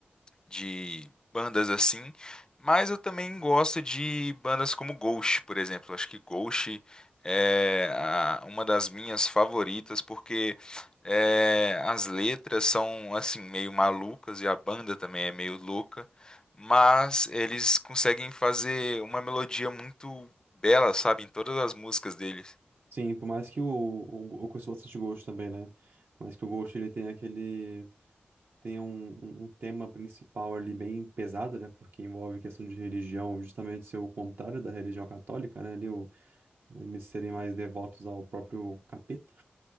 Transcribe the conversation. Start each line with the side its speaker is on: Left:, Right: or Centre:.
Left: de bandas assim, mas eu também gosto de bandas como Ghost, por exemplo. Acho que Ghost é a- uma das minhas favoritas porque é, as letras são assim meio malucas e a banda também é meio louca, mas eles conseguem fazer uma melodia muito bela, sabe, em todas as músicas deles.
Right: Sim, por mais que o, o, eu conheço bastante Ghost também, né? Mas que o Ghost ele tem aquele. Tem um, um um tema principal ali bem pesado, né? Porque envolve questão de religião, justamente ser o contrário da religião católica, né? Ali, Eles serem mais devotos ao próprio capeta.